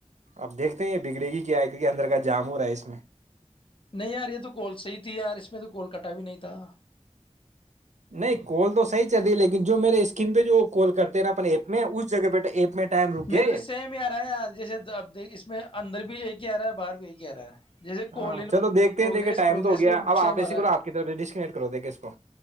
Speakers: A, on the right; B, on the left.
A: اب دیکھتے ہیں یہ بگڑے گی کیا ہے کیونکہ اندر کا جام ہو رہا ہے اس میں <unintelligible>
B: نہیں یار یہ تو کول سی ہی تھی یار اس میں تو کول کٹا بھی نہیں تھا
A: نہیں کوال تو صحیح چل رہی لیکن جو میرے اسکن جو کال کرتے ہیںا اپنے ایپ میں اس جگہ پہ ایپ میں ٹائم رک گیا
B: میرے
A: یہ
B: تو سیم ہی آ رہا ہے یار جیسے اب اس میں اندر بھی ایک ہی آ رہا ہے باہر بھی ایک ہی کیا رہا ہے جیسے
A: ہاں
B: کولن
A: چلو دیکھتے
B: پروگریس
A: ہیں دیکھیے ٹائم
B: پروگریس
A: تو ہو گیا
B: پہ بھی
A: اب آپ
B: سیم
A: ایسے
B: آ رہا
A: کرو
B: ہے
A: آپ کی طرف سے ڈسکنیکٹ کرو دیکھے اس کو